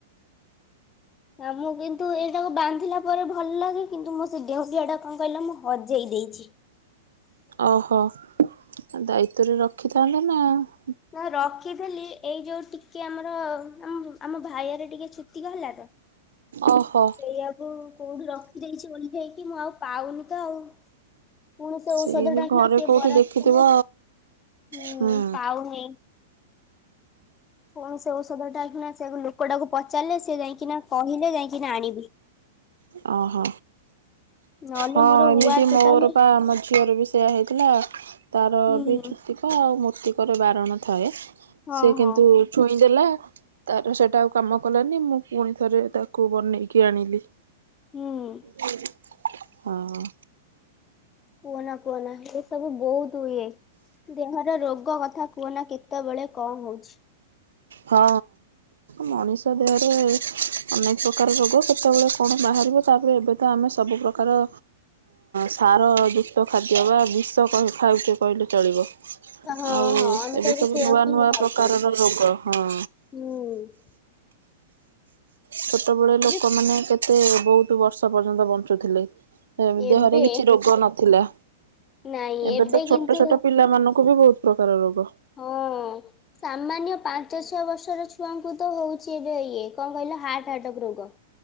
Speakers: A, on the left; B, on the right.
A: ଆଉ ମୁଁ କିନ୍ତୁ ଏଇଟାକୁ ବାନ୍ଧିଲା ନା ନା ମୁଁ କିନ୍ତୁ ଏଟାକୁ ବନ୍ଧିଲା ପରେ ଭଲ ଲାଗେ କିନ୍ତୁ ମୋ ସେ ଢେଉଟିଆଟା କଣ କହିଲ ମୁଁ ହଜେଇ ଦେଇଚି।
B: ଓହୋ ଦାୟିତ୍ଵରେ ରଖିଥାନ୍ନ୍ତତ ନା।
A: ନା ରଖିଥିଲି ଏଇ ଯୋଉ ଟିକେ ଆମର ଆମ ଆମ ଭାଇରେ ଟିକେ ଛୁତିକା ହେଲା ତ।
B: ଓହୋ।
A: ସେଇଆକୁ କୋଉଠି ରଖିଦେଇଚି ଓଲଠେଇକି ମୁଁ ଆଉ ପାଉନି ତ ଆଉ। ପୁଣି ସେ ଔଷଧ
B: ସେଇ
A: ଟା ଏଇଖିଣା
B: ଘରେ
A: ସିଏ
B: କୋଉଠି
A: ବରାଦ
B: ଦେଖିଥିବ
A: କଲେ ହୁଁ
B: ହୁଁ
A: ପାଉନି। ପୁଣି ସେ ଔଷଧ ଟା ଏଇଖିଣା ସେ ଲୋକଟାକୁ ପଚାରିଲେ ସେ ଯାଇକିନା କହିଲେ ଯାଇକିନା ଆଣିବି। <inaudible>
B: ଓହୋ।
A: ନହେଲେ
B: ହଁ
A: ମୋର
B: ଏମିତି
A: ଉଆ ଟୋଟାଲି
B: ମୋର ପା ମୋ ଝିଅ ରବି ସେଇୟା ହେଇଥିଲା। ତାର
A: ହୁଁ
B: ବି ଛୁତିକା ଆଉ ମୃତ୍ତିକାର ବାରଣ ଥାଏ
A: ହଁ
B: ସେ
A: ହଁ
B: କିନ୍ତୁ ଛୁଇଁ ଦେଲା ତାର ସେଇଟା ଆଉ କାମ କଲାନି ମୁଁ ପୁଣି ଥରେ ତାକୁ ବନେଇକି ଆଣିଲି।
A: ହୁଁ।
B: ହୁଁ ହଁ।
A: କୁହନା କୁହନା ଏ ସବୁ ବୋହୁତ ହୁଏ। ଦେହର ରୋଗ କଥା କୁହନା କେତେବେଳେ କଣ ହଉଚି।
B: ହଁ ମଣିଷ ଦେହରେ ଅନେକ ପ୍ରକାର ରୋଗ କେତେବେଳେ କଣ ବାହାରିବ ତାପରେ ଏବେ ତ ଆମେ ସବୁ ପ୍ର୍ରକାର ସାର ଯୁକ୍ତ ଖାଦ୍ୟ ବା ବିଷ କହି ଖାଉଛେ କହିଲେ ଚଳିବ। ଆଉ
A: ହଁ ହଁ ଆମେ
B: ଏବେ
A: ତ
B: ସବୁ
A: ସେଇଆକୁ
B: ନୂଆ ନୂଆ
A: ହିଁ ଖାଉଛନ୍ତି
B: ପ୍ରକାରର ରୋଗ ହଁ।
A: ହୁଁ।
B: ଛୋଟବେଳେ ଲୋକମାନେ
A: ଏବେ
B: କେତେ ବୋହୁତ ବର୍ଷ ପର୍ଯ୍ୟନ୍ତ ବଞ୍ଚୁଥିଲେ। ଏ
A: ଏବେ
B: ଦେହରେ କିଛି ରୋଗ ନଥିଲା
A: ନାଇଁ
B: ଏବେ ତ
A: କିନ୍ତୁ
B: ଛୋଟ ଛୋଟ ପିଲାମାନଙ୍କୁ ବି ବୋହୁତ ପ୍ରକାର ରୋଗ।
A: ହୁଁ। ସାମାନ୍ୟ ପାଞ୍ଚ ଛଅ ବର୍ଷର ଛୁଆଙ୍କୁ ତ ହେଉଚି ଏବେ ଇଏ କଣ କହିଲ ହାର୍ଟ ଆଟାକ୍ ରୋଗ।